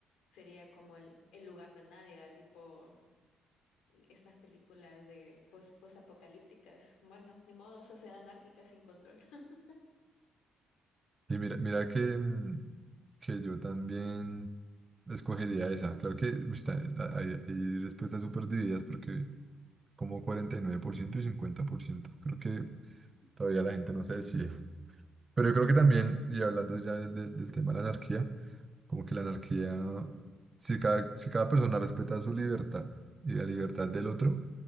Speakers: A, on the left; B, on the right.
A: sería como el, el lugar de nadie, ¿verdad? Tipo estas películas de post, apocalípticas Bueno, ni modo, sociedad anárquica sin control. <laughs>
B: Y mira, mira que... mm, que yo también escogería esa. Claro que está- hay, hay respuestas súper divididas porque como cuarenta y nueve por por ciento y cincuenta por ciento, Creo que todavía la gente no se decide. Pero yo creo que también, y hablando ya del, del, del tema de la anarquía, como que la anarquía, si cada, si cada persona respeta su libertad y la libertad del otro,